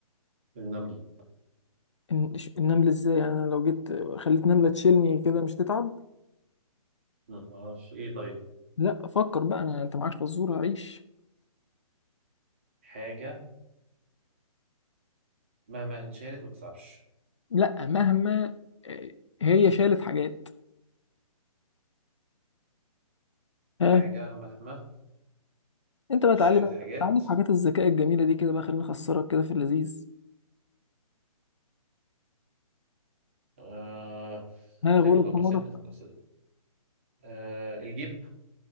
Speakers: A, on the right; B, on the left.
A: النمله
B: الن- ش- النملة إزاي يعني أنا لو جيت آه، خليت نملة تشيلني كده مش تتعب
A: ما اعرفش ايه طيب
B: لا فكر بقى أنا أنت معاك فزورة عيش
A: حاجه مهما انشالت ما بتتعبش
B: لا مهما آه، هي شالت حاجات ها
A: حاجه مهما
B: أنت بقى
A: شالت
B: تعالي بقى
A: حاجات
B: تعالي في حاجات الذكاء الجميلة دي كده بقى خليني أخسرك كده في اللذيذ
A: آه
B: ها
A: سيبني
B: غلب
A: افكر
B: حمارك
A: سيبني افكر سيبني آه الجيب